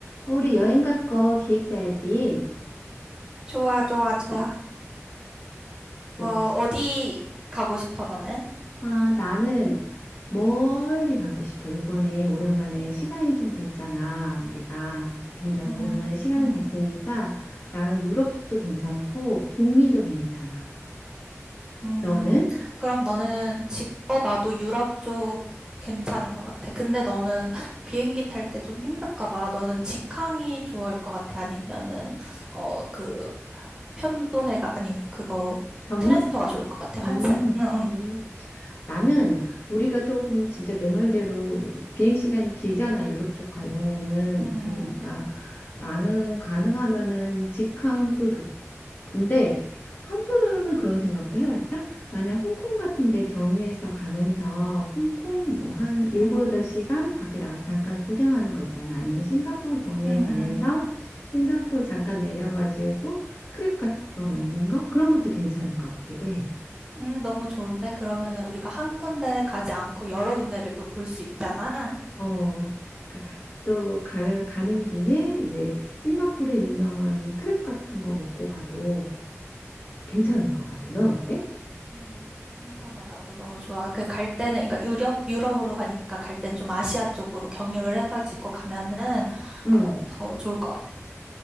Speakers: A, on the left; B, on the right.
A: 우리 여행 갈거 기획 짜야지.
B: 좋아, 좋아, 좋아.
A: 또
B: 어,
A: 혹시,
B: 어디 가고 싶어, 너는?
A: 아, 나는 멀리 가고 싶어. 요번에 오랜만에 시간이 좀 됐잖아. 우리가 굉장히
B: 음,
A: 오랜만에 시간이
B: 음,
A: 됐으니까 나는 유럽 쪽도 괜찮고 북미도 괜찮아.
B: 음.
A: 너는?
B: 그럼 너는 지금, 어, 나도 유럽 쪽 괜찮은 것 같아. 근데 너는 비행기 탈 때 좀 힘들까 봐. 너는 직항이 좋을 것 같아. 아니면은, 어, 그, 편도해가, 아니, 그거,
A: 경유?
B: 트랜스퍼가 좋을 것 같아.
A: 음,
B: 환승. 응, 응.
A: 음. 나는 우리가 조금 진짜 내 말대로 비행 시간이 길잖아. 유럽 쪽 가려면은.
B: 음,
A: 그러니까 나는 가능하면은 직항도 좋고 근데 한편으로는 그런 생각도 해봤다. 만약 홍콩 같은 데 경유해서 가면서 홍콩 뭐 한 일곱
B: 음,
A: 여덟 시간 밖에 나가서 잠깐 구경하는 거 있잖아. 아니면 싱가포르 경유해
B: 음, 음.
A: 가면서 싱가포르 잠깐 내려가지고 크랩 같은 거 먹는 거? 그런 것도 괜찮을 것 같기도 해.
B: 음, 너무 좋은데? 그러면은 우리가 한 군데 가지 않고 여러 군데를 또 볼 수 있잖아.
A: 어. 그러니까 또 가면 가는 김에 이제 싱가포르의 유명한 크랩 같은 거 먹고 가도 괜찮을
B: 음,
A: 것 같아. 넌 어때?
B: 음, 괜찮아. 나도 너무 좋아. 그 갈 때는, 그러니까 유럽, 유럽으로 가니까 갈 땐 좀 아시아 쪽으로 경유를 해가지고 가면은,
A: 응.
B: 어, 더 좋을 것 같아.